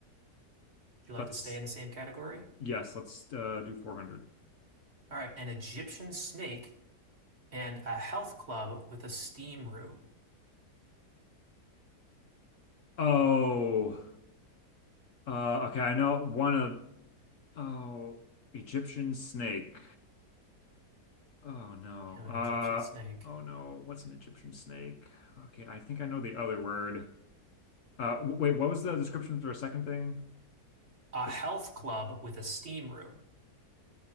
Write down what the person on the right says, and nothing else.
you like
to stay in the same category?
All right, an Egyptian snake and a health club with a steam room.
Have an
Egyptian snake.
A
health club with a steam room.